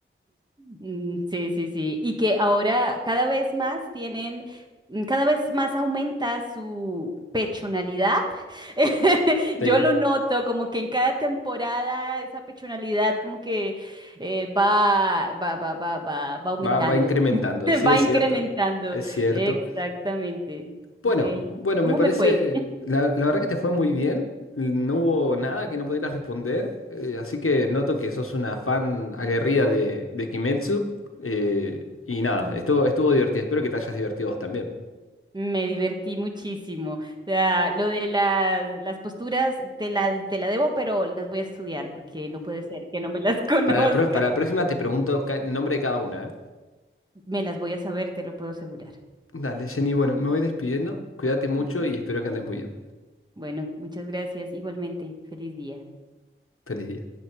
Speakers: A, on the right (about 20°); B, on the left (about 85°).
A: Mm, Sí, sí, sí. Y que ahora cada vez más tienen, mm, cada vez más aumenta su pechonalidad. <laughs>
B: Sí,
A: Yo lo noto, como que en cada temporada esa pechonalidad como que eh, va, va, va, va, va, va aumentando,
B: va, va incrementando.
A: <laughs>
B: Sí,
A: va
B: es
A: incrementando.
B: cierto. Es cierto.
A: Exactamente.
B: Bueno,
A: Ok.
B: bueno,
A: ¿Cómo
B: me parece,
A: me fue?
B: la, la verdad que te fue muy bien, no hubo nada que no pudieras responder, eh, así que noto que sos una fan aguerrida de, de Kimetsu, eh, y nada,
A: <laughs>
B: estuvo, estuvo divertido, espero que te hayas divertido vos también.
A: Me divertí muchísimo. O sea, lo de las, las posturas te la, te la debo, pero las voy a estudiar porque no puede ser que no me las <laughs> conozca.
B: Para la, pro- para la próxima te pregunto ca- nombre de cada una, ¿eh?
A: Me las voy a saber, te lo puedo asegurar.
B: Dale, Jenny, bueno, me voy despidiendo, cuídate mucho
A: Ujú.
B: y espero que andes muy bien.
A: Bueno, muchas gracias. Igualmente, feliz día.
B: Feliz día.